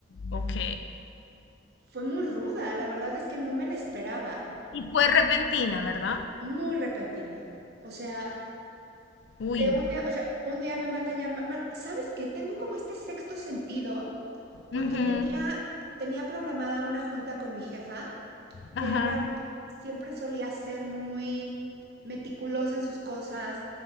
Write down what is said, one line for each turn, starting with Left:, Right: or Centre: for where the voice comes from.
Left: ok.
Right: Fue muy ruda, la verdad es que no me la esperaba.
Left: Y fue repentina, ¿verdad?
Right: Muy repentina. O sea,
Left: Uy.
Right: De un día, o sea, un día me mandan llamar. ¿Sabes qué? Tengo como este sexto sentido, porque
Left: Ujú,
Right: tenía, tenía programada una junta con mi jefa, que
Left: Ajá.
Right: era, siempre solía ser muy meticulosa en sus cosas,